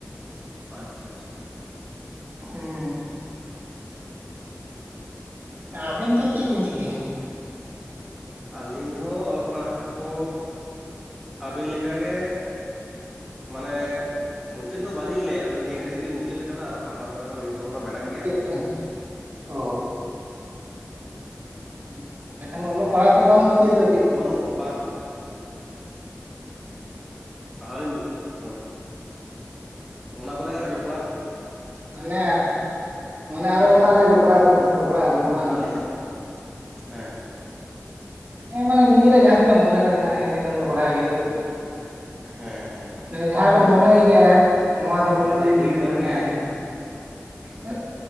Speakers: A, in the centre; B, on the right.
A: ᱚ. ᱟᱪᱪᱷᱟ ᱟᱪᱪᱷᱟ
B: ᱦᱩᱸ ᱟᱵᱤᱱ ᱛᱟᱦᱞᱮ ᱪᱮᱫ ᱠᱚᱵᱤᱱ ᱪᱤᱠᱟᱹᱭᱟ?
A: ᱟᱹᱞᱤᱧ ᱦᱚᱸ ᱚᱞᱚᱜ ᱯᱟᱲᱦᱟᱣ ᱠᱚ ᱟᱹᱵᱤᱱ ᱞᱮᱠᱟᱜᱮ ᱢᱟᱱᱮ ᱢᱩᱪᱟᱹᱫ ᱫᱚ ᱵᱟᱹᱞᱤᱧ ᱞᱟᱹᱭᱟ ᱛᱚ ᱱᱤᱭᱟᱹ ᱜᱷᱟᱹᱲᱤᱡ ᱞᱤᱧ ᱢᱩᱪᱟᱹᱫ ᱟᱠᱟᱫᱟ ᱟᱨᱚ ᱯᱟᱲᱦᱟᱣ ᱠᱚᱨᱮᱱᱟᱜ ᱩᱭᱦᱟᱹᱨ ᱵᱷᱟᱵᱽᱱᱟ ᱢᱮᱱᱟᱜ ᱜᱮᱭᱟ
B: ᱴᱦ ᱷᱷᱷ ᱧ ᱚ ᱦᱮᱸ ᱮᱠᱷᱟᱱ ᱚᱞᱚᱜ ᱯᱟᱲᱦᱟᱣ ᱛᱚ ᱦᱩᱭᱩᱜ ᱵᱟᱝ ᱢᱩᱪᱟᱹᱫ ᱚᱜ
A: ᱵᱟᱹᱱᱩᱜ ᱵᱟᱝ ᱢᱮᱱᱛᱮ ᱯᱟᱲᱦᱟᱣ ᱞᱤᱧ <unintelligible> ᱦᱚᱸ ᱚᱱᱟ ᱠᱚᱨᱮ ᱜᱮ ᱟᱨᱚ ᱡᱚ
B: ᱢᱟᱱᱮ ᱢᱟᱱᱮ ᱟᱨᱚ ᱚᱱᱟᱨᱮ ᱡᱚᱯᱲᱟᱣ ᱵᱮᱱ ᱡᱚᱯᱲᱟᱣ ᱟᱵᱮᱱ ᱵᱟᱝ?
A: ᱢᱮᱱᱟᱜ ᱞᱤᱧᱟᱹ ᱦᱮᱸ
B: ᱦᱮᱸ ᱢᱟᱱ ᱱᱤᱡᱮᱨᱮ ᱡᱟᱦᱟᱸ ᱛᱤᱱᱟᱹᱜ ᱢᱚᱱᱮᱨᱮ ᱢᱮᱱᱟᱜᱼᱟ ᱤᱱᱟᱹᱜ ᱜᱟᱱ ᱫᱚ ᱵᱟᱲᱦᱟᱭ ᱦᱩᱭᱩᱜ ᱟ ᱥᱮ
A: ᱦᱮᱸ ᱦᱮᱸ
B: ᱢᱮ ᱡᱟᱦᱟᱸ ᱵᱮᱱ ᱢᱚᱱᱮᱭ ᱟᱠᱟᱜᱼᱟ ᱱᱚᱣᱟ ᱫᱚ
A: ᱚᱱᱟ
B: ᱠᱚᱢᱯᱞᱤᱴ
A: ᱩᱭᱦᱟᱹᱨ ᱦᱩᱭ
B: ᱦᱩᱭᱩᱜᱼᱟ
A: ᱠᱟᱱ ᱜᱮᱭᱟ
B: ᱦᱮᱸ ᱦᱮᱸᱫ